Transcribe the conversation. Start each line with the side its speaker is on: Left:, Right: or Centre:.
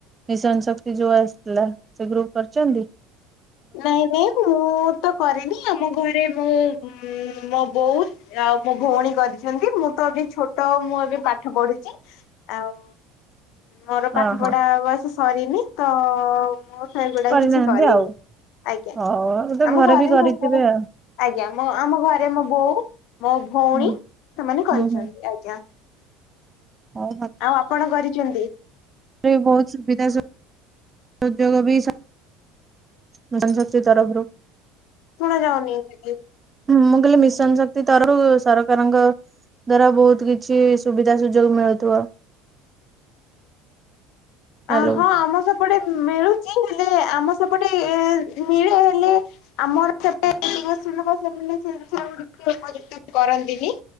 Right: ମିଶନ ଶକ୍ତି ଯୋଉ ଆସିଥିଲା, ସେ ଗ୍ରୁପ କରିଚନ୍ତି?
Left: ନାଇଁ ନାଇଁ, ମୁଁ ତ କରିନି, ଆମ ଘରେ ମୁଁ ଉମ୍ ମୋ ବୋଉ ଆଉ ମୋ ଭଉଣୀ କରିଛନ୍ତି। ମୁଁ ତ ଏବେ ଛୋଟ, ମୁଁ ଏବେ ପାଠ ପଢୁଛି ଆଉ ମୋର
Right: ହଁ
Left: ପାଠ ପଢା
Right: ହଁ
Left: ବୟସ ସରିନି, ତ ମୁଁ ସେଗୁଡାକ
Right: କରିନାହାନ୍ତି
Left: କିଛି କରିନି।
Right: ଆଉ
Left: ଆଜ୍ଞା।
Right: ହଉ ଗୋଟେ
Left: ଆମ ଘରେ
Right: ବି କରିଥିବେ
Left: ମୋ ବୋଉ
Right: ଆଉ
Left: ଆଜ୍ଞା। ମୋ ଆମ ଘରେ ମୋ ବୋଉ, ମୋ ଭଉଣୀ,
Right: ହୁଁ
Left: ସେମାନେ କରିଛନ୍ତି।
Right: ହୁଁ ହୁଁ
Left: ଆଜ୍ଞା।
Right: ହଉ
Left: ଆଉ ଆପଣ କରିଚନ୍ତି?
Right: ଏବେ ବି ବହୁତ ସୁବିଧା ସୁ ସୁଯୋଗ ବି ସ ମିଶନ ଶକ୍ତି ତରଫରୁ
Left: ଶୁଣା ଯାଉନି ଦିଦି।
Right: ମୁଁ କହିଲି ମିଶନ ଶକ୍ତି ତରୁ ସରକାରଙ୍କ ଦ୍ଵାରା ବହୁତ କିଛି ସୁବିଧା ସୁଯୋଗ ମିଳୁଥିବ? ହାଲୋ
Left: ଆ ହଁ ଆମ ସେପଟେ ମି-ମିଳୁଚି, ହେଲେ ଆମ ସେପଟେ ଏ ମିଳେ ହେଲେ ଆମର ସେପଟେ ଲୋକ ସେମାନେ <unintelligible> କରନ୍ତିନି